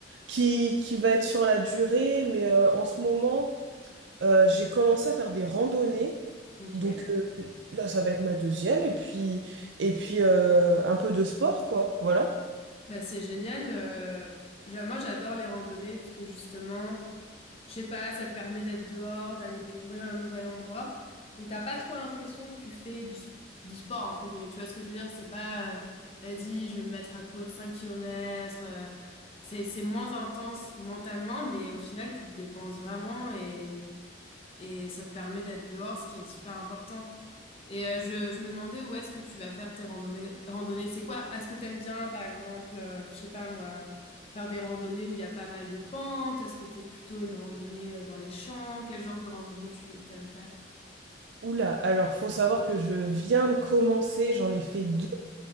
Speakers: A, on the right (about 70°); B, on the left (about 30°).
A: qui qui va être sur la durée, mais euh, en ce moment. Euh, j'ai commencé à faire des randonnées.
B: Ok,
A: Donc euh, là, ça va être ma deuxième. Et puis, et puis euh, un peu de sport, quoi. Voilà.
B: bah, c'est génial. euh, j'a- moi j'adore les randonnées parce que justement, Je sais pas, ça te permet d'être dehors, d'aller découvrir un nouvel endroit. Donc t'as pas trop l'impression que tu fais du, s- du sport, entre guillemets. Tu vois ce que je veux dire? C'est pas, euh, vas-y, je vais me mettre à courir 5 km. c'est, c'est moins intense mentalement, mais au final, tu te dépenses vraiment et, et ça te permet d'être dehors, ce qui est super important. Et euh, je, je me demandais où est-ce que tu vas faire tes randonnées. randonnées. C'est quoi? Est-ce que t'aimes bien, par exemple, euh, je sais pas moi, faire des randonnées où il y a pas mal de pentes? Est-ce que t'es plutôt une randonnée euh, dans les champs? Quel genre de randonnée tu t'aimes faire?
A: Oula, alors faut savoir que je viens de commencer, j'en ai fait deux.